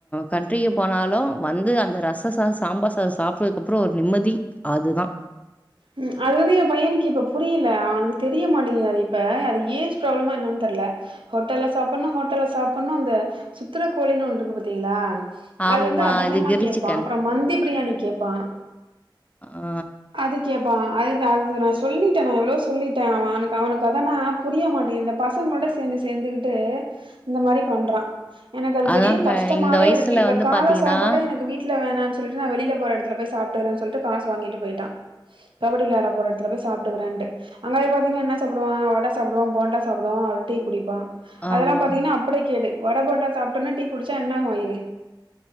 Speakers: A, on the left; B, on the right.
A: கண்ட்ரிக்கு போனாலும் வந்து அந்த ரச சாசு சாம்பார் சாசு சாப்பறதுக்குப்புறம் ஒரு நிம்மதி அதுதான்
B: ம் அது வந்து என் பையனுக்கு இப்ப புரியல அவனுக்கு தெரிய மாட்டேங்குது அது இப்ப அது ஏஜ் ப்ராப்ளமா என்னன்னு தெரல ஹோட்டல்ல சாப்பணும் ஹோட்டல்ல சாப்பணும் அந்த சுத்துற கோழின்னு ஒன்னு இருக்கு பாத்தீங்களா
A: ஆமா
B: அது வந்து அதிகமா
A: இது கிரில்
B: கேப்பான்
A: சிக்கன்
B: அப்புறம் மந்தி பிரியாணி கேப்பான்
A: ஆ
B: அதுக் கேப்பா அதுதான் அதுதா நான் சொல்லிட்டேன் நான் எவ்ளவோ சொல்லிட்டேன் அவனுக் அவனுக்கு அதனா புரிய மாட்டேங்குது இந்த பசங்களோட சேந்து சேந்துகிட்டு இந்த மாரி பண்றான் எனக்கு அது
A: அதான்க்கா
B: பெரிய கஷ்டமாவே
A: இந்த வயசுல
B: இருக்கு இப்ப
A: வந்து
B: கால
A: பாத்தீங்கன்னா
B: சாப்பாடே எனக்கு வீட்ல வேணான்னு சொல்லிட்டு நான் வெளில போற எடத்துல போய் சொல்ட்டு காசு வாங்கிட்டு பெய்ட்டான் கபடி விளாட போற எடத்துல போய் சாப்பிட்டுக்கறன்ட்டு அங்கபேய் பாத்தீங்கன்னா என்ன சாப்புடுவான் வட சாப்புடுவான் போண்டா சாப்புடுவான் ஒரு டீ குடிப்பான் அதெல்லாம்
A: ஆமா
B: பாத்தீங்கன்னா அப்பிடியே கேடு வட போண்டா சாப்ட்டோன்ன டீ குடிச்சா என்ன ஆகும் வயிறு